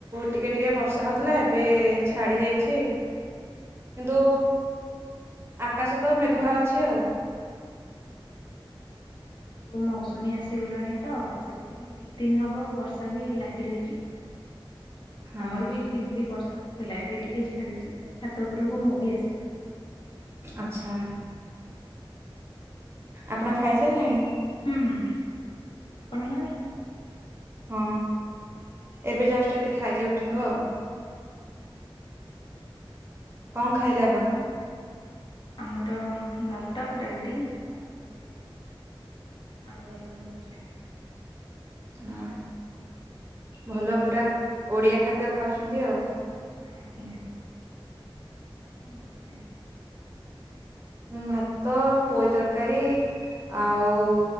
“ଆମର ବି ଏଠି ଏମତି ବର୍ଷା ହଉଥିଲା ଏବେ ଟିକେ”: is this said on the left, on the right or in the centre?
Left